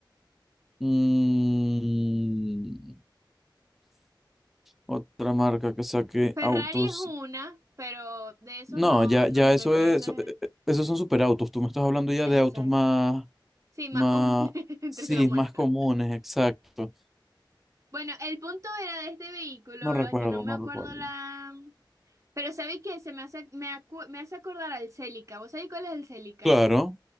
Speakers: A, in the centre; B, on the right (about 40°).
A: Mm, otra marca que saque
B: Ferrari
A: autos.
B: es una, pero de esos
A: No,
B: no,
A: ya,
B: no
A: ya
B: me
A: eso
B: refiero.
A: es,
B: Eso
A: eso-
B: es,
A: eh, eh, esos son superautos. Tú me estás hablando ya
B: es
A: de autos
B: exacto.
A: más,
B: Sí, más
A: más,
B: común <laughs> entre
A: sí,
B: la humanidad.
A: más comunes, exacto.
B: Bueno, el punto era de este vehículo,
A: No
B: ¿verdad?
A: recuerdo,
B: Que no me
A: no
B: acuerdo
A: recuerdo.
B: la... Pero ¿sabéis qué? Se me hace, me, acu- me hace acordar al Celica. ¿Vos sabéis cuál es el Celica?
A: Claro.